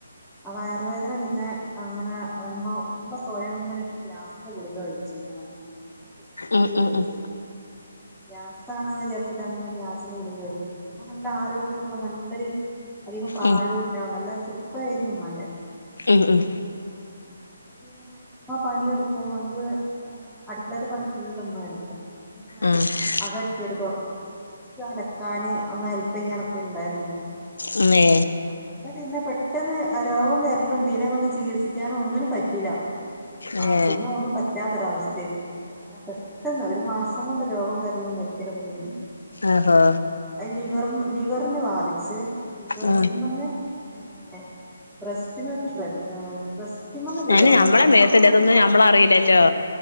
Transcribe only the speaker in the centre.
ആ വയറു വേദന പിന്നെ അങ്ങനെ ഒന്ന് ഇമ്മ <unintelligible> സ്വയം ഇങ്ങനെ ഗ്യാസിന്റെ ഗുളിക കഴിച്ചിരുന്നു നന്നായിട്ട് ഗ്യാസ്
ഗുളിക
കഴിച്ചിരുന്നു
ഗ്യാസാണോ വിചാരിച്ചിട്ട് അങ്ങനെ ഗ്യാസിന്റെ ഗുളിക കഴിക്കും ഇമ്മ നല്ല ആരോഗ്യക്കുള്ള നല്ലൊരു അധികം പ്രായും
ഇല്ല നല്ല ചെറുപ്പമായിരുന്നു ഇമ്മാന്റെ
അങ്ങനെ പിന്നെ ഇമ്മ പണിയെടുക്കുമ്പം നമുക്ക് അടുക്കളേത്ത പണി ഫുള്ളും ഇമ്മയ എട്ക്കാ അങ്ങനെ
അകം അട്ച്ചേരി തൊടക്കും ഇൻക്ക് അലക്കാന് ഒന്ന് ഹെൽപ് ചെയ്യനൊക്കെ ഇണ്ടായിരുന്നൊള്ളു
അങ്ങനെ പിന്നെ പെട്ടെന്ന് രോഗം വരലും പിന്നെ നമുക്ക് ചികിത്സിക്കാനോ ഒന്നിനും പറ്റി യില്ല
ആഹ് പിന്നെ ഒന്നും പറ്റാത്തൊരു അവസ്ഥയായി പോയി അങ്ങനെ പെട്ടെന്ന് ഒരു മാസം കൊണ്ട് രോഗം വരലും മരിക്കലൊക്കെ കഴിഞ്ഞു
അത് ലിവർ ലിവറിന് ബാധിച്ച് ലിവർമ്മെന്ന്
പിന്നെ ബ്രസ്റ്റിമ്മക്ക് ബ്രസ്റ്റിമ്മെന്ന് ലിവറ്മ്മക്കോ?
അങ്ങനെ എന്തോ
ആണ്